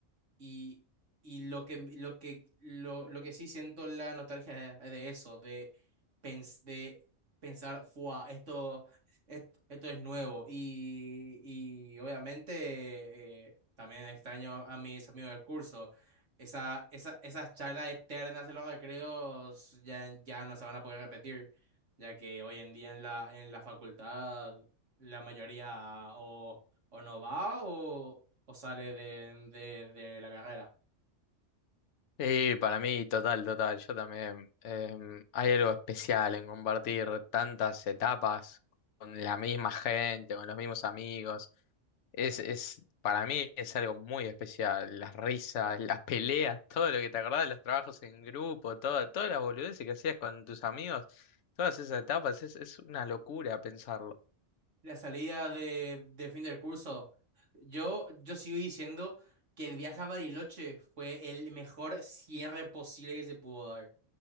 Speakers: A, on the right; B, on the left.
A: Y, y lo que, lo que, lo, lo que sí siento la nostalgia es de eso, de, pens- de pensar, ¡fua! Esto, et- esto, es nuevo. Y, y obviamente eh, también extraño a, a mis amigos del curso. Esa, esa, esas charlas eternas en los recreos ya, ya no se van a poder repetir, ya que hoy en día en la, en la facultad la mayoría o, o no va o o sale de, de, de la carrera.
B: Sí, para mí, total, total. Yo también. em, hay algo especial en compartir tantas etapas con la misma gente, con los mismos amigos. Es, es, para mí es algo muy especial. Las risas, las peleas, todo lo que te acordás, los trabajos en grupo, todo, todas las boludeces que hacías con tus amigos, todas esas etapas, es, es una locura pensarlo.
A: La salida de, de fin del curso. Yo, yo sigo diciendo que el viaje a Bariloche fue el mejor cierre posible que se pudo dar.